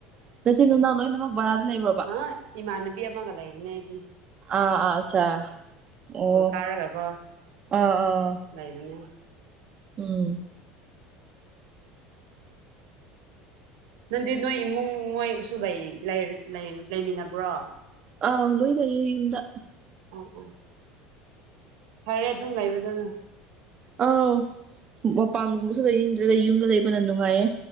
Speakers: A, on the right; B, on the right.
A: ꯆꯤꯟ ꯅꯅꯥꯎ ꯂꯣꯏ ꯅꯃꯛ ꯕꯔꯥꯗ ꯂꯩꯕ꯭ꯔꯣ
B: ꯍꯥ ꯏꯃꯟꯅꯕꯤ ꯑꯃꯒ ꯂꯩꯕꯅꯦ ꯑꯩꯗꯤ
A: ꯑꯥ ꯑꯆꯥ ꯑꯣ
B: ꯁ꯭ꯀꯨꯜ ꯀꯥꯔꯒꯀꯣ
A: ꯑꯥ ꯑꯥ
B: ꯂꯩꯕꯅꯦ
A: ꯑꯥ
B: ꯅꯪꯗꯤ ꯅꯣꯏ ꯏꯃꯨꯡ ꯃꯣꯏꯒꯁꯨ ꯂꯩ ꯂꯩ ꯂꯩꯃꯤꯟꯅꯕ꯭ꯔꯣ
A: ꯑꯥꯎ ꯂꯣꯏ ꯂꯩꯌꯦ ꯌꯨꯝꯗ
B: ꯑꯥ ꯑꯥ ꯐꯔꯦ ꯑꯗꯨꯝ ꯂꯩꯕꯗꯨꯅ
A: ꯑꯥꯎ ꯃꯄꯥꯟꯒꯨꯝꯕꯁꯨ ꯂꯩꯅꯤꯡꯗ꯭ꯔꯦ ꯌꯨꯝꯗ ꯂꯩꯕꯅ ꯅꯨꯡꯉꯥꯏꯌꯦ